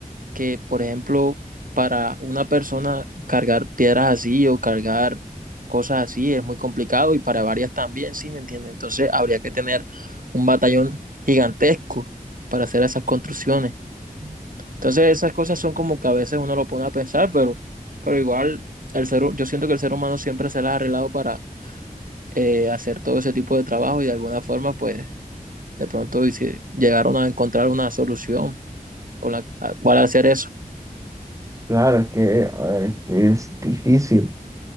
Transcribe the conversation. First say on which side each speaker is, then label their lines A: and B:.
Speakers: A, on the right; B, on the right.
A: que, por ejemplo, para una persona cargar piedras así o cargar cosas así es muy complicado y para varias también, ¿sí me entiendes? Entonces habría que tener un batallón gigantesco para hacer esas construcciones. Entonces esas cosas son como que a veces uno lo pone a pensar, pero, pero igual el ser, yo siento que el ser humano siempre se las ha arreglado para eh, hacer todo ese tipo de trabajo y de alguna forma pues de pronto dice, llegaron a encontrar una solución con la cual hacer eso.
B: Claro, es que, eh, es que es difícil.